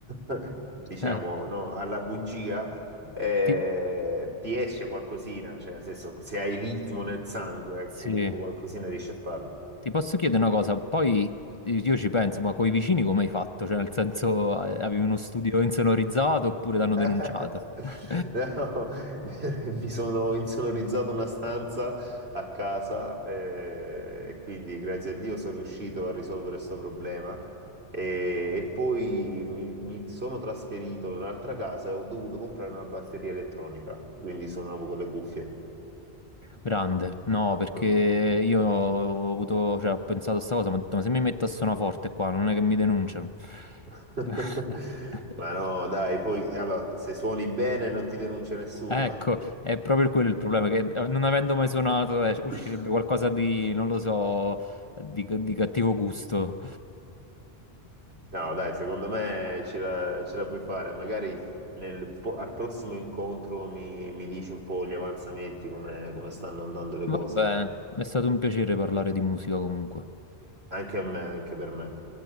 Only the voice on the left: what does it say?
Eh,
ti,
sì.
Ti posso chiedere una cosa? Poi eh, io ci penso, ma coi vicini come hai fatto? Cioè, nel senso, eh, avevi uno studio insonorizzato oppure t'hanno
denunciato? <laughs>
Grande, no, perché
io ho avuto, cioè, ho pensato a sta cosa, ma ho detto, ma se mi metto a suonaforte qua, non è che mi denunciano.
<laughs>
Ecco, è proprio quello il problema, che eh, non avendo mai suonato, eh, uscirebbe
qualcosa di, non lo so, di, di cattivo gusto.
Va
bene, è stato un piacere parlare di musica comunque.